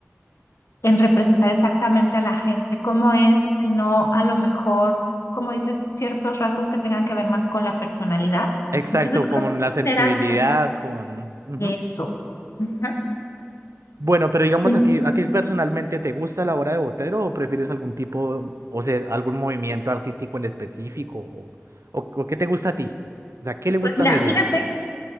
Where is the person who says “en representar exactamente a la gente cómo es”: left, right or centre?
Left